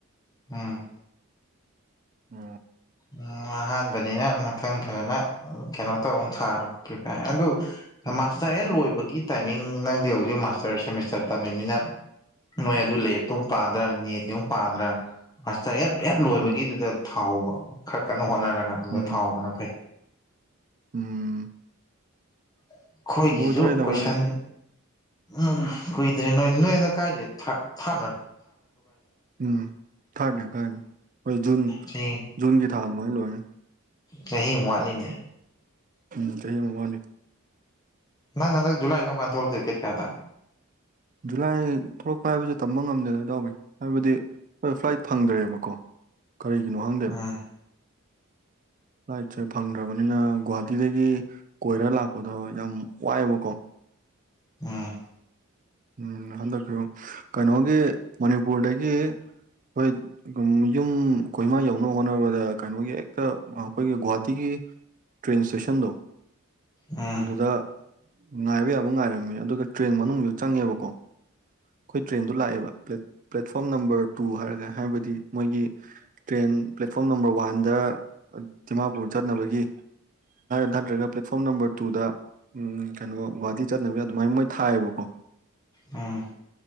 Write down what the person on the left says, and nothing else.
ꯎꯝ
ꯎꯝ ꯑꯍꯥꯟꯕꯅꯤꯅ ꯃꯊꯪ ꯐꯖꯅ ꯀꯩꯅꯣ ꯇꯧꯔ ꯊꯥꯔꯣ ꯄ꯭ꯔꯤꯄ ꯑꯗꯨ
ꯃꯥꯁꯇꯔ ꯍꯦ ꯂꯣꯏꯕꯒꯤ ꯇꯥꯏꯃꯤꯡ ꯅꯪꯗꯤ ꯍꯧꯖꯤꯛ ꯃꯥꯁꯇꯔ ꯁꯦꯃꯤꯁꯇꯔ ꯇꯝꯃꯤꯃꯤꯅ ꯅꯣꯏ ꯑꯗꯨ ꯂꯩꯔꯛꯇꯨ ꯄꯥꯗ꯭ꯔꯥ ꯅꯦꯠꯇꯤ ꯑꯃꯨꯛ ꯄꯥꯗ꯭ꯔꯥ ꯑꯁꯇ ꯍꯟ ꯍꯠ ꯂꯣꯏꯕꯒꯤꯗꯨꯗ
ꯊꯥꯎ ꯍꯧꯕ ꯈꯔ ꯀꯟꯅ ꯍꯣꯠꯅꯔꯒ ꯑꯗꯨꯗ
ꯊꯥꯎ ꯍꯧꯕꯅ ꯐꯩ
ꯑꯩꯈꯣꯏꯒꯤꯁꯨ
ꯀꯣꯏꯁꯟ ꯎꯝ ꯀꯨꯏꯗ꯭ꯔꯦ ꯅꯣꯏ ꯅꯣꯏ ꯑꯗ ꯀꯥꯏꯁꯦ ꯊꯅ
ꯆꯍꯤ
ꯆꯍꯤ ꯃꯠꯂꯤꯅꯦ
ꯅꯪ ꯉꯗ ꯖꯂꯥꯏ ꯇꯠ ꯀ
ꯎꯝ
ꯎꯝ
ꯎꯝ
ꯎꯝ